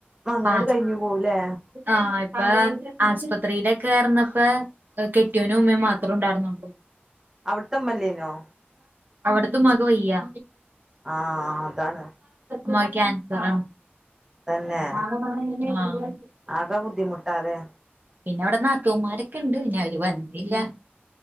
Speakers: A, on the right; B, on the right.
A: അങ്ങനെട്
B: പാച്ച്
A: കഴിഞ്ഞു പോവുലേ
B: ആഹ് അപ്പ ആസ്പത്രിയിലക്കെ ർനപേ കെട്ടിയോനും ഉമ്മയും മാത്രം ഉണ്ടായിരുന്നുള്ളൂ
A: അവിടത്തുമ്മല്ലേനോ
B: അവിടത്തെ ഉമ്മാക്ക് വയ്യാ
A: ആഹ് അതാണ്
B: ഉമ്മാക്ക് ക്യാൻസറാണ്
A: തന്നെ
B: ആഹ്
A: ആകെ ബുദ്ധിമുട്ടാലെ
B: പിന്നെ അവിടെ നാത്തൂന്മാരൊക്കെ ഇണ്ട് പിന്നെ അവര് വനീലാ